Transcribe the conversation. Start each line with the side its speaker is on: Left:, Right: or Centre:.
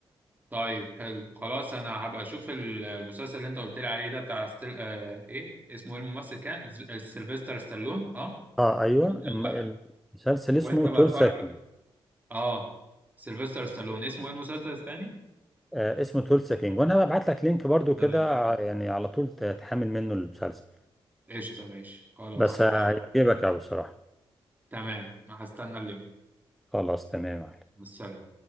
Right: طيب حلو خلاص انا هبقى اشوف ال- المسلسل اللي انت قلت لي عليه ده بتاع ستيل... آه... ايه اسمه ايه الممثل كان ز- آه، سيلفستر ستالون اه
Centre: اه ايوه
Right: وانت
Centre: الم-
Right: بقى
Centre: المسلسل اسمه
Right: وانت
Centre: 12
Right: بقى اتفرج
Centre: سكند
Right: اه سيلفستر ستالون اسمه ايه المسلسل الثاني
Centre: آه اسمه 12 سكند وانا ببعت لك لينك برضو كده
Right: تمام
Centre: ع- يعني على طول ت- تحمل منه المسلسل
Right: قشطه ماشي خلاص
Centre: بس خلاص
Right: يبقى
Centre: هيعجبك قوي بصراحه
Right: تمام هستنى اللينك
Centre: خلاص تمام
Right: بالسلامه